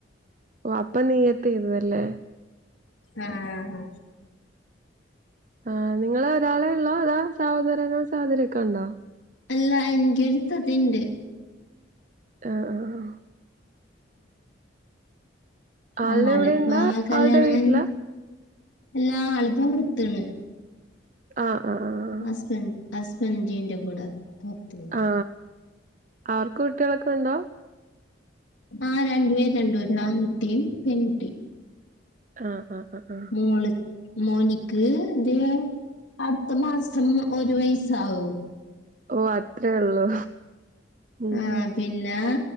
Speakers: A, on the right; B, on the left.
A: ഓ അപ്പ നിയ്യത്ത് ചെയ്തതല്ലേ
B: ആഹ്
A: ആനിങ്ങള് ഒരാളെ ഒള്ളോ അതോ സഹോദരനും സഹോദരിയൊക്കെ ഉണ്ടോ
B: അല്ല എൻക്കൊരുത്താത്തയുണ്ട്
A: ആഹ് ആഹ് ആഹ് ആളുടെ
B: ഉം ആളിപ്പ
A: ഇവിടെ ഇണ്ടോ
B: കല്യാണം
A: ആളുടെ വീട്ടിലാ
B: കഴിഞ്ഞ് എല്ലാ ആൾക്കും വൃത്തണ്
A: ആഹ് ആഹ് ആഹ്
B: ഹസ്ബൻഡ് ഹസ്ബൻഡിന്റെ കൂടെ പുറത്താണ്
A: ആ അവർക്ക് കുട്ടികളൊക്കെ ഉണ്ടോ?
B: ആ രണ്ടു പേര് രണ്ടു ഒരാൺകുട്ടിയും പെൺകുട്ടി
A: ആഹ് ആഹ് ആ ആഹ്
B: മോള് മോനിക്ക് ന്തേ അടുത്ത മാസം ഒരു വയസാവും
A: ഓഹ്അത്രേ ഉള്ളൂ ഉം
B: ആഹ പിന്നാ